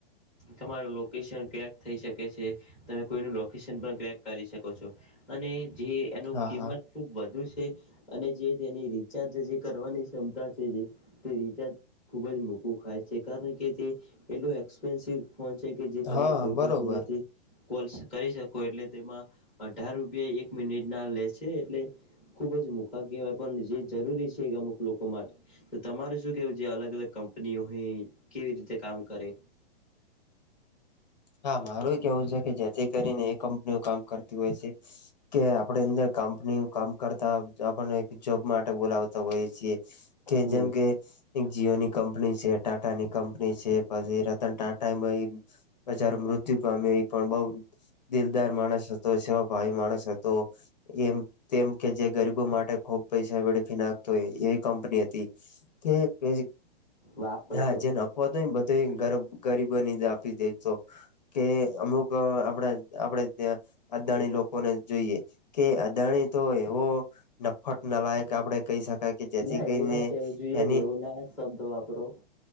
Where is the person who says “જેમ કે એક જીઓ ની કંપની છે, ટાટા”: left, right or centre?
Left